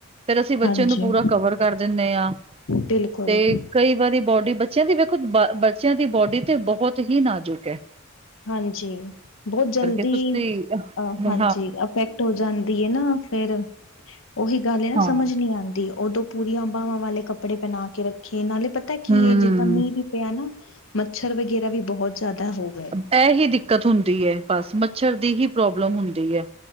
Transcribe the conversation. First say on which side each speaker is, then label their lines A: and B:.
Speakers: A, on the right (about 25°); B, on the left (about 65°).
A: ਫੇਰ ਅਸੀਂ ਬੱਚੇ
B: ਹਾਂਜੀ
A: ਨੂੰ ਪੂਰਾ ਕਵਰ ਕਰ ਦਿੰਨੇ ਆਂ
B: ਬਿਲਕੁਲ
A: ਤੇ ਕਈ ਵਾਰੀ ਬੋਡੀ ਬੱਚਿਆਂ ਦੀ ਵੇਖੋ ਬੱਚਿਆਂ ਦੀ ਬੋਡੀ ਤੇ ਬਹੁਤ ਹੀ ਨਾਜ਼ੁਕ ਹੈ।
B: ਹਾਂਜੀ, ਬਹੁਤ ਜਲਦੀ
A: ਤੁਸੀਂ
B: ਅ
A: ਹਾਂ,
B: ਹਾਂਜੀ, ਅਫੈਕ ਟ ਹੋ ਜਾਂਦੀ ਹੈ ਨਾ ਫੇਰ ਓਹੀ ਗੱਲ ਹੈ ਨਾ
A: ਹਾਂ
B: ਸਮਝ ਨੀ ਆਂਦੀ ਉਦੋਂ ਪੂਰੀਆਂ ਬਾਹਵਾਂ ਵਾਲੇ ਕੱਪੜੇ ਪਹਿਨਾ ਕੇ ਰੱਖੇ ਨਾਲੇ ਪਤਾ ਕੀ
A: ਹੂੰ।
B: ਹੈ ਜਿੱਦਾਂ ਮੀਂਹ ਵੀ ਪਿਆ ਨਾ ਮੱਛਰ ਵਗੈਰਾ ਵੀ ਬਹੁਤ ਜ਼ਿਆਦਾ ਹੋ ਗਏ
A: ਇਹ ਹੀ ਦਿੱਕਤ ਹੁੰਦੀ ਹੈ, ਬਸ ਮੱਛਰ ਦੀ ਹੀ ਪ੍ਰੋਬਲਮ ਹੁੰਦੀ ਹੈ।